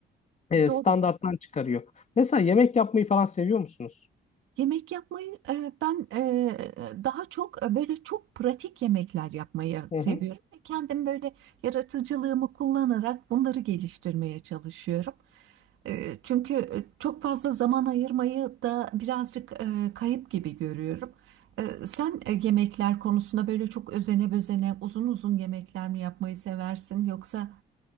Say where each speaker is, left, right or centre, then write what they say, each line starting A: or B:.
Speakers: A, on the left; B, on the right.
A: E,
B: doğru.
A: standarttan çıkarıyor. Mesela yemek yapmayı falan seviyor musunuz?
B: Yemek yapmayı e, ben e, daha çok e, böyle çok pratik yemekler yapmayı
A: Hı
B: seviyorum.
A: hı.
B: Kendim böyle yaratıcılığımı kullanarak bunları geliştirmeye çalışıyorum. E, Çünkü çok fazla zaman ayırmayı da birazcık e, kayıp gibi görüyorum. E, Sen e, yemekler konusunda böyle çok özene bezene uzun uzun yemekler mi yapmayı seversin yoksa